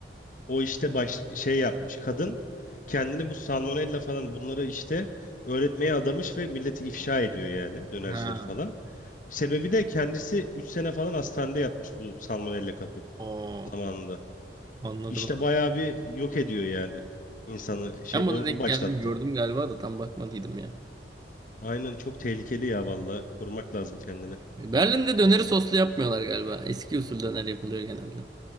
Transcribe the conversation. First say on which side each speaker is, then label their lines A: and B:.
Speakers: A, on the left (about 45°); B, on the right (about 20°).
A: O işte baş, şey yapmış. Kadın kendini bu salmonella falan bunları işte öğretmeye adamış ve milleti ifşa ediyor yani dönercileri
B: Ha.
A: falan. Sebebi de kendisi 3 sene falan hastanede yatmış bu salmonella kapıp
B: O.
A: zamanında.
B: anladım
A: İşte
B: abi.
A: bayağı bir yok ediyor yani insanı şey
B: Ben
A: o
B: buna
A: o
B: denk
A: başlattı.
B: geldim gördüm galiba da tam bakmadıydım ya.
A: Aynen çok tehlikeli ya valla. Korumak lazım kendini.
B: Berlin'de döneri soslu yapmıyorlar galiba. Eski usul döner yapılıyor genelde.